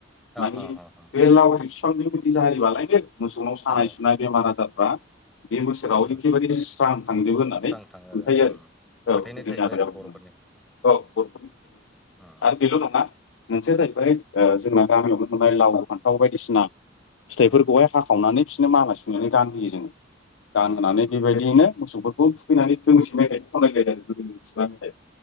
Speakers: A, on the left; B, in the centre.
A: <unintelligible> मानिे
B: हो हो हो
A: बे <unintelligible> बिफांनि बिदि जारिबालाय बेे मोसौनाव सानाय
B: औ
A: सुनाय बेमार आजारफ्रा बे बोसोराव
B: गासिबो
A: एखेबारे स्रां थांजोबबो होननानै
B: स्रां थाङो
A: फोथायो
B: आरो उम
A: आरो
B: फोथायनाय
A: औ गोदोनि
B: थाहैबाय
A: आदायाव
B: आरो
A: औ
B: बर'फोरनि
A: बर'फोरनि
B: उम
A: आरो बेल' नङा मोनसेया जाहैबाय जोंना गामियावनो मोनबाय लाव फान्थाव बायदिसिना फिथाइफोरखौहाय
B: उम
A: हाखावनानै बिसोरनो माला सुनानै गानहोयो जोङो गानहोनानै
B: उम उम उम
A: बेबायदियैनो मोसौफोरखौ खौ थुखैनानै दोंसेै मेथाइ खनलायलायदों आरो गोदो खुगा मेथाइ